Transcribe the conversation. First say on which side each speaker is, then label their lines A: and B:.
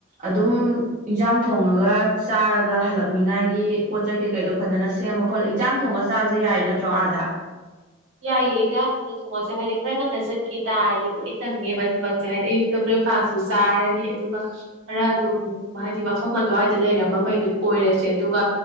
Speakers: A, on the right (about 35°); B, on the right (about 70°).
A: ꯑꯗꯨꯝ ꯏꯟꯖꯥꯡ ꯊꯣꯡ ꯊꯣꯡꯉꯒ ꯆꯥꯔꯒ ꯍꯜꯂꯛꯅꯤꯉꯥꯏꯒꯤ ꯄꯣꯠ ꯆꯩ ꯀꯩꯀꯩꯗꯣ ꯐꯖꯅ ꯁꯦꯝꯃ ꯈꯣꯠꯂ ꯏꯟꯖꯥꯡ ꯊꯣꯡꯉ ꯆꯥꯕꯁꯦ ꯌꯥꯏ ꯅꯠꯇ꯭ꯔꯣ ꯑꯥꯗ
B: ꯌꯥꯏꯌꯦ ꯏꯟꯖꯥꯡꯅ ꯊꯣꯡꯉꯁꯦ ꯍꯥꯏꯗꯤ ꯈꯔ ꯉꯟꯅ ꯆꯠꯈꯤ ꯇꯥꯔꯗꯤ ꯂꯣꯏ ꯅꯪꯉꯦꯕ ꯊꯕꯛꯁꯦ ꯍꯥꯏꯗꯤ ꯑꯌꯨꯛꯇ ꯕ꯭ꯔꯦꯛꯐꯥꯁꯇꯨ ꯆꯥꯔꯅꯤ ꯑꯗꯨꯒ ꯈꯔ ꯑꯗꯨꯝ ꯍꯥꯏꯗꯤ ꯃꯐꯝ ꯑꯗꯨꯋꯥꯏꯗ ꯂꯩꯔꯝꯕ ꯃꯩꯗꯨ ꯀꯣꯏꯔꯁꯦ ꯑꯗꯨꯒ